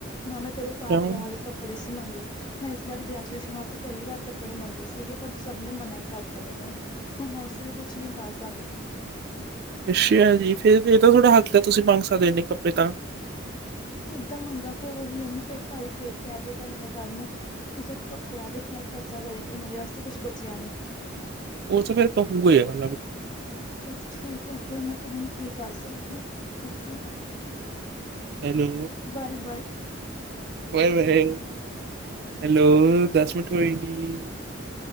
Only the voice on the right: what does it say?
ਕਿਉਂ
ਅੱਛਾ ਹ ਜੀ ਫੇਰ ਇਹ ਤਾਂ ਤੁਥੋੜਾ ਹਥ ਲ ਤੁਸੀਂ ਮੰਗ ਸਕਦੇ ਇਹਨੇ ਕੱਪੜੇ ਤਾਂ
ਉਹ ਤੇ ਫਿਰ ਕਾਫੀ ਹੋਏ ਗਾ।
ਹੈਲੋ।
ਵਾਏ- ਵਏ ਹੈਲੋ, ਦਸ ਮਿੰਟ ਹੋਏ ਨ,